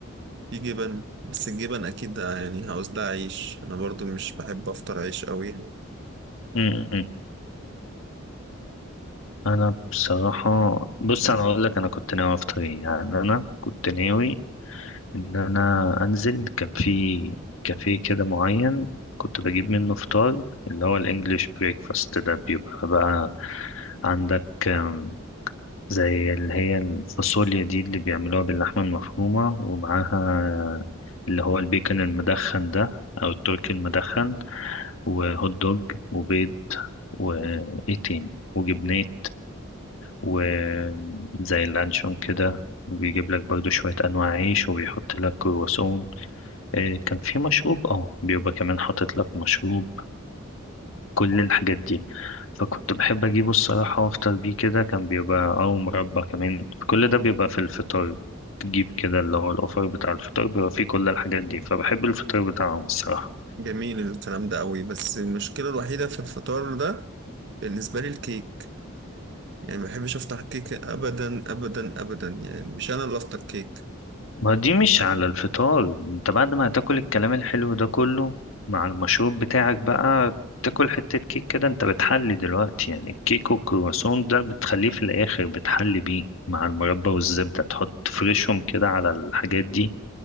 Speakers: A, on the right; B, on the left.
A: في جبن بس الجبن أكيد يعني عاوز لها عيش أنا برضو مش بحب أفطر عيش أوي يعني.
B: م- م. انا بصراحة بص انا اقول لك انا كنت ناوي افطر ايه يعني انا كنت ناوي ان انا انزل كان في كافيه كده معين كنت بجيب منه فطار اللي هو الانجليش بريكفاست ده بيبقى بقى عندك آم، زي اللي هي الفاصوليا دي اللي بيعملوها باللحمة المفرومة ومعاها اللي هو البيكن المدخن ده او التركي المدخن وهوت دوج وبيض وإيه تاني وجبنات وزي اللانشون كده وبيجيب لك برضو شوية أنواع عيش وبيحط لك كرواسون آه، كان في مشروب اه بيبقى كمان حاطط لك مشروب كل الحاجات دي فكنت بحب أجيبه الصراحة وأفطر بيه كده كان بيبقى أو مربى كمان كل ده بيبقى في الفطار تجيب كده اللي هو الأوفر بتاع الفطار بيبقى فيه كل الحاجات دي فبحب الفطار بتاعهم الصراحة
A: جميل الكلام ده أوي بس المشكلة الوحيدة في الفطار ده بالنسبة لي الكيك يعني ما بحبش افطر كيك ابدا ابدا ابدا يعني مش انا اللي افطر كيك
B: ما دي مش على الفطار انت بعد ما هتاكل الكلام الحلو ده كله مع المشروب بتاعك بقى تاكل حتة كيك كده انت بتحلي دلوقتي يعني الكيك والكرواسون ده بتخليه في الاخر بتحلي بيه مع المربى والزبدة تحط تفرشهم كده على الحاجات دي